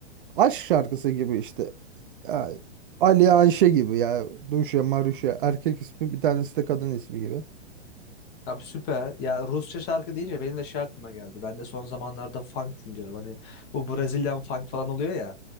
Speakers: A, on the right (about 50°); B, on the left (about 30°).
A: aşk şarkısı gibi işte. Ya, Ali Anşe gibi ya. Duşya Maruşya erkek ismi bir tanesi de kadın ismi gibi.
B: Abi süper. Ya Rusça şarkı deyince benim de şey aklıma geldi. Ben de son zamanlarda funk dinliyorum. Hani bu Brazilian funk falan oluyor ya.